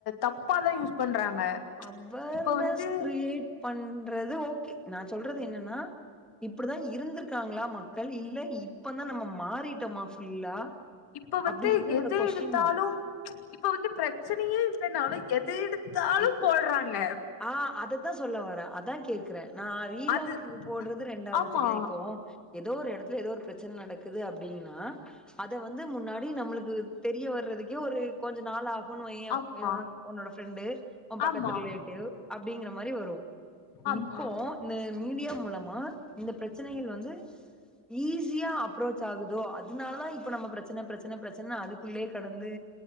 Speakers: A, on the left; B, in the centre.
A: தப்பா தா யூஸ் பண்றாங்க
B: அவர்னஸ்
A: இப்ப வந்து
B: கிரியேட் பண்றது ஓகே நா சொல்றது என்னன்னா இப்டிதா இருந்திருக்காங்களா மக்கள் இல்ல இப்ப தா நம்ம மாறிட்டமா ஃபுல்லா
A: இப்ப வந்து
B: அப்டிங்கிறது என்னோட
A: எத
B: கொஸ்டின்
A: எடுத்தாலு
B: மார்க்
A: இப்ப வந்து பிரச்சனையே இல்லைனாலு எத எடுத்
B: இப்போ
A: ப்றாங்க
B: ஆ அதத்தா சொல்ல வர அதா கேக்குறே நா லிலாக்கு
A: அது
B: போடுறது ரெண்டாவது
A: ஆமா
B: சரியா இப்போ ஏதோ ஒரு எடத்துல ஏதோ ஒரு பிரச்சன நடக்குது அப்டின்னா அத வந்து முன்னாடி நம்மளுக்கு தெரிய வரதுக்கே ஒரு கொஞ்ச நாள் ஆகு வுனு வையே
A: ஆமா
B: எ உன்னோ உன்னோட ஃப்ரெண்டு உன் பக்கத்து
A: ஆமா
B: ரிலேட்டிவ் அப்டிங்கிற மாரி வரு
A: ஆமா
B: இப்போ இந்த மீடியா மூலமா இந்த பிரச்சனைக வந்து ஈஸியா அப்ரோச் ஆகுதோ அதனாலதா இப்ப நம்ம பிரச்சன பிரச்சன பிரச்சனனு அதுக்குள்ளயே கடந்து